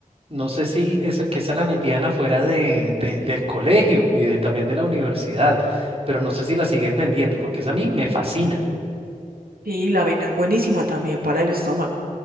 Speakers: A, on the right (about 40°); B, on the right (about 80°).
A: No sé si esa, que esa la vendían afuera de, de- del colegio y de, también de la universidad, pero no sé si la siguen vendiendo porque esa a mí me fascina.
B: Y la avena es buenísima también para el estómago.